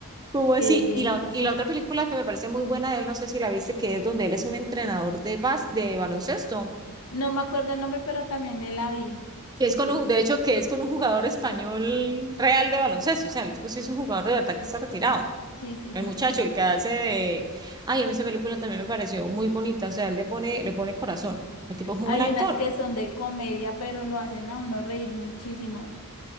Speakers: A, on the right; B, on the left.
A: ¿Cómo
B: y
A: así? Y la,
B: eso.
A: y la otra película que me parece muy buena de él, no sé si la viste, que es donde él es un entrenador de, bas de baloncesto.
B: No me acuerdo el nombre, pero también me la vi. Sí,
A: Que es
B: sí,
A: con un, de hecho, que es con un jugador español real de baloncesto. O sea, el tipo sí es un jugador de verdad que está retirado.
B: sí, sí,
A: El
B: señor.
A: muchacho, el que hace de. Ay, a mí esa película también me pareció muy bonita. O sea, él le pone, le pone corazón. El tipo es muy
B: Hay
A: buen actor.
B: unas que son de comedia, pero lo hacen a uno reír muchísimo.